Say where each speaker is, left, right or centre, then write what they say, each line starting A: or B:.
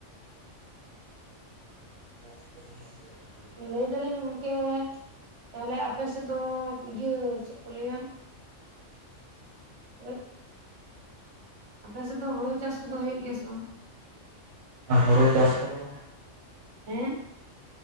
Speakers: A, on the right; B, on the right.
A: ᱪᱟᱥ ᱠᱚᱫᱚ ᱦᱟᱸᱜ ᱦᱩᱭᱩᱜ ᱜᱮᱭᱟ
B: ᱞᱟᱹᱭ ᱮᱫᱟᱞᱤᱧ ᱜᱚᱝᱠᱮ ᱛᱟᱦᱚᱞᱮ ᱟᱯᱮ ᱥᱮᱫ ᱫᱚ ᱤᱭᱟᱹ ᱪᱮᱫ ᱠᱚ ᱞᱟᱹᱭᱟ <unintelligible> ᱟᱯᱮᱥᱮᱫ ᱫᱚ ᱦᱩᱲᱩ ᱪᱟᱥ ᱠᱚᱫᱚ ᱦᱩᱭᱩᱜ ᱜᱮᱭᱟ ᱥᱮ ᱵᱟᱝ
A: ᱦᱩᱲᱩ ᱪᱟᱥ ᱠᱚᱫᱚ
B: ᱦᱮᱸ